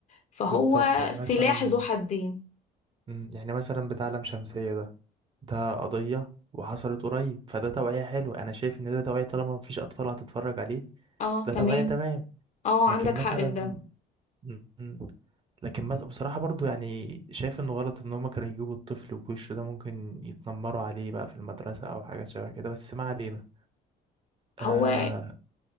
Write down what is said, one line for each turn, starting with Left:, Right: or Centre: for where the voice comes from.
Left: فهو
Right: بالظبط يعني
Left: سلاح
Right: مثلا
Left: ذو حدين
Right: مم، يعني مثلا بتاع لام شمسية ده ده قضية وحصلت قريب فده توعية حلوة انا شايف ان ده توعية طالما مفيش اطفال هتتفرج عليه
Left: اه
Right: ده
Left: تمام
Right: توعية تمام
Left: اه
Right: لكن
Left: عندك
Right: مثلا
Left: حق في ده
Right: مم. لكن مس- بصراحة برضو يعني شايف انه غلط ان هما كانوا يجيبوا الطفل بوشه ده ممكن يتنمروا عليه بقى في المدرسة او حاجة شبه كده بس ما علينا آه
Left: هو